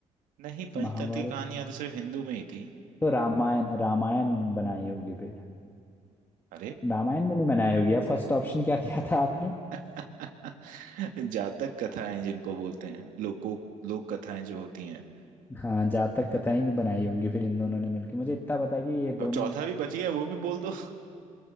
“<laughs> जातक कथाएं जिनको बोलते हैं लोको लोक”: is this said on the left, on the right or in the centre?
Right